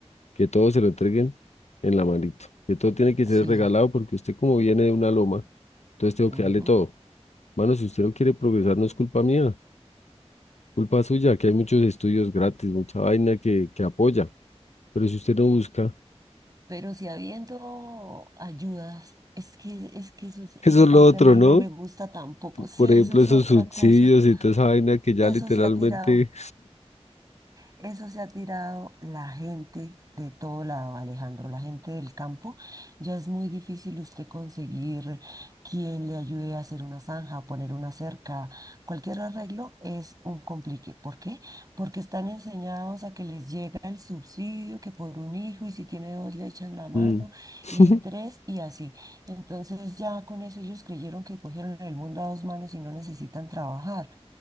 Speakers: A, on the left (about 80°); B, on the right (about 35°).
A: que todo se lo entreguen en la manito, que todo tiene que
B: sí.
A: ser regalado porque usted como viene de una loma, entonces tengo
B: ujú.
A: que darle todo. Mano, si usted no quiere progresar, no es culpa mía, culpa suya, que hay muchos estudios gratis, mucha vaina que, que apoya, pero si usted no busca,
B: Pero si habiendo ayudas, es que, es que eso
A: <laughs>
B: es-
A: eso
B: esa
A: es
B: parte
A: lo otro,
B: a mí
A: ¿no?
B: no me gusta tampoco.
A: P-
B: Sí,
A: Por ejemplo,
B: eso es
A: esos
B: otra
A: subsidios
B: cosa.
A: y toda esa vaina que ya
B: Eso
A: literalmente,
B: se ha tirado. Eso se ha tirado la gente de todo lado, Alejandro, la gente del campo. Ya es muy difícil usted conseguir quien le ayude a hacer una zanja, a poner una cerca. Cualquier arreglo es un complique. ¿Por qué? Porque están enseñados a que les llega el subsidio, que por un hijo, y si tiene dos le echan la mano,
A: mm,
B: y
A: <laughs>
B: tres, y así. Entonces ya con eso ellos creyeron que cogieron el mundo a dos manos y no necesitan trabajar.